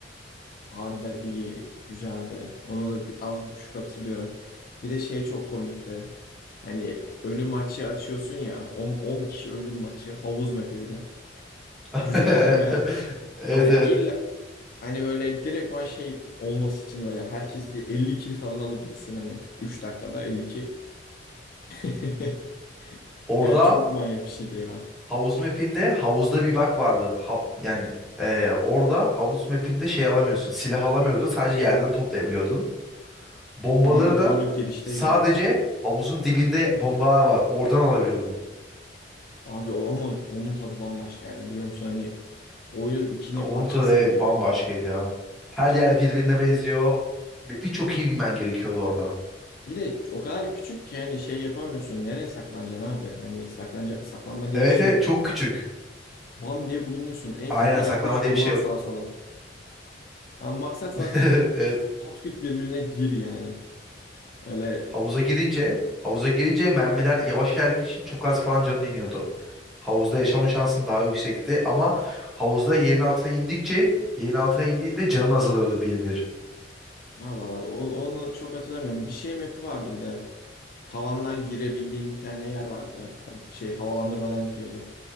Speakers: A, on the left (about 50°); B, in the centre.
A: Harbiden iyi, güzeldi. Onu da bir, az buçuk hatırlıyorum. Bir de şey çok komikti. Hani ölüm maçı açıyorsun ya. on kişi ölüm maçı. Havuz map'i bir de.
B: <laughs>
A: Cücük kadar map.
B: Evet
A: Hani
B: evet.
A: illa hani böyle direktman şey olması için böyle herkes bir 50 kill falan alabilsin hani. 3 dakikada 50 kill. <laughs>
B: Orada
A: Ya çok manyak bir şeydi ya.
B: havuz mapinde havuzda bir bug vardı. Ha- yani e, orada havuz mapinde şey alamıyorsun. Silah alamıyordun. Sadece yerden toplayabiliyordun. Bombaları
A: Hmm,
B: da
A: doğru girişteydi.
B: sadece havuzun dibinde bombalar var. Oradan alabiliyordun.
A: Abi o ama onun tadı bambaşkaydı biliyor musun? Hani oyunun ikinci
B: E, Onun
A: parçası
B: tadı evet
A: gibiydi.
B: bambaşkaydı ya. Her yer birbirine benziyor. Ve Birçok iyi bilmen gerekiyordu orada.
A: Bir de o kadar küçük ki hani şey yapamıyorsun. Nereye saklanacaksın abi? Hani saklanca saklanma diye
B: Evet
A: bir şey
B: evet
A: yok.
B: çok küçük.
A: Bam diye bulunuyorsun. En
B: Aynen
A: kötü iki
B: saklama
A: üç
B: diye
A: bomba
B: bir şey
A: at
B: yok.
A: sağa sola. Ama maksat zaten
B: <laughs> Evet.
A: pat küt birbirine gir yani. Öyle
B: Havuza girince havuza girince mermiler yavaş geldiği için çok az falan canın iniyordu. Havuzda yaşama şansın daha yüksekti ama havuzda yerin altına indikçe yerin altına indiğinde canın azalıyordu bir bir.
A: Allah Allah. O- Onu çok hatırlamıyorum. Bir şey map'i vardı bir de. Tavandan girebildiğim bir tane yer vardı. Hani Şey havalandırmadan giriyordun.